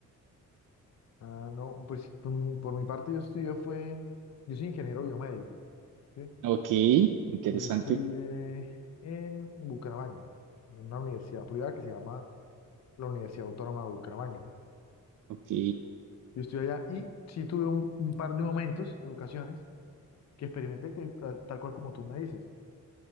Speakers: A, on the left; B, on the right.
A: Ah, no, pues, por, por mi parte yo estudié fue, yo soy ingeniero biomédico, ¿sí?
B: Ok, interesante,
A: Yo estudié en Bucaramanga, en una universidad privada que se llama la Universidad Autónoma de Bucaramanga.
B: ok,
A: Yo estudié allá y sí tuve un, un par de momentos, ocasiones, que experimenté que, tal tal cual como tú me dices,